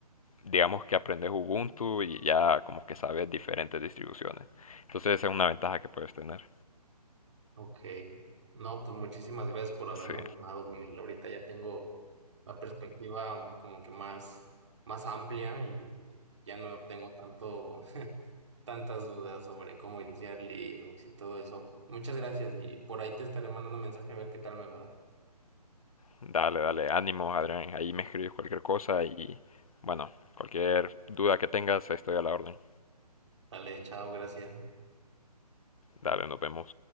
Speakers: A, on the left; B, on the right.
A: digamos que aprendes Ubuntu y ya como que sabes diferentes distribuciones. Entonces, esa es una ventaja que puedes tener.
B: Ok. No, pues muchísimas gracias por haberme
A: Sí.
B: animado, Miguel. Ahorita ya tengo la perspectiva como que más, más amplia y ya no tengo tanto, <laughs> tantas dudas sobre cómo iniciar Linux y todo eso. Muchas gracias y por ahí te estaré mandando mensaje a ver qué tal me va.
A: Dale, dale, ánimo, Adrián. Ahí me escribes cualquier cosa y bueno, cualquier duda que tengas, estoy a la orden.
B: Dale, chao, gracias.
A: Dale, nos vemos.